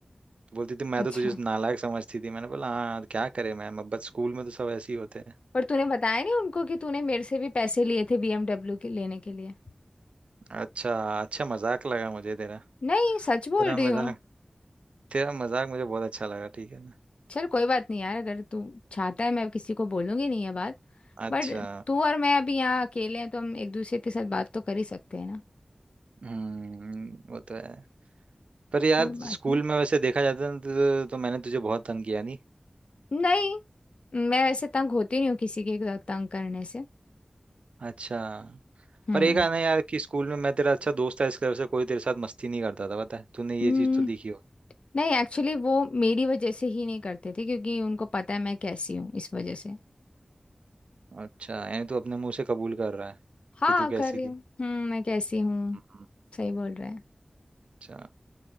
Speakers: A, on the right; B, on the left.
A: तो बोलती थी मैं
B: अच्छा
A: तो तुझे नालायक समझती थी मैंने बोला हाँ क्या करे मैम अब बस स्कूल में तो सब ऐसे ही होते हैं
B: पर तूने बताया नहीं उनको कि तूने मेरे से भी पैसे लिए थे बीएमडब्ल्यू के लेने के लिए
A: अच्छा अच्छा मजाक लगा मुझे तेरा
B: नहीं सच बोल
A: तेरा
B: रही
A: मजाक
B: हूँ
A: तेरा मजाक मुझे बहुत अच्छा लगा ठीक है ना
B: चल कोई बात नहीं यार अगर तू चाहता है मैं किसी को बोलूंगी नहीं ये बात
A: अच्छा
B: बट तू और मैं अभी यहाँ अकेले हैं तो हम एक दूसरे के साथ बात तो कर ही सकते हैं ना
A: हम्म वो तो है पर यार
B: कोई बात
A: स्कूल
B: नहीं
A: में वैसे देखा जाता है ना तो, तो मैंने तुझे बहुत तंग किया नहीं
B: नहीं मैं वैसे तंग होती नहीं हूँ किसी के साथ तंग करने से
A: अच्छा
B: हम्म
A: पर एक आना यार कि स्कूल में मैं तेरा अच्छा दोस्त था इसकी वजह से कोई तेरे साथ मस्ती नहीं करता था पता है तूने
B: हम्म,
A: ये चीज तो देखी
B: नहीं एक्चुअली वो मेरी वजह से ही नहीं करते थे क्योंकि उनको पता है मैं कैसी हूँ इस वजह से
A: अच्छा यानी तू अपने मुंह से कबूल कर रहा है
B: हाँ
A: कि तू कैसी
B: कर रही
A: थी
B: हूँ हम्म मैं कैसी हूँ
A: हम्म।
B: सही बोल रहा है
A: अच्छा